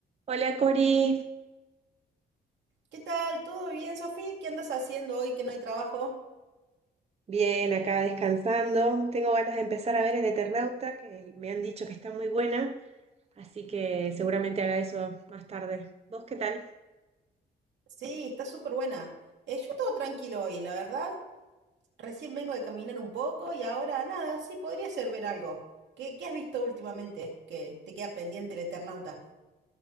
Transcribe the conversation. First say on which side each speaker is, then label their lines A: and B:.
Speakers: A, on the right; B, on the right.
A: Hola Cori,
B: ¿Qué tal? ¿Todo bien, Sofía? ¿Qué andas haciendo hoy que no hay trabajo?
A: bien acá descansando. Tengo ganas de empezar a ver El Eternauta, que me han dicho que está muy buena, así que seguramente haga eso más tarde. ¿Vos qué tal?
B: Sí, está súper buena. Eh, yo todo tranquilo hoy, la verdad. Recién vengo de caminar un poco y ahora nada, sí, podría ser ver algo. ¿Qué, qué has visto últimamente que te queda pendiente el Eternauta?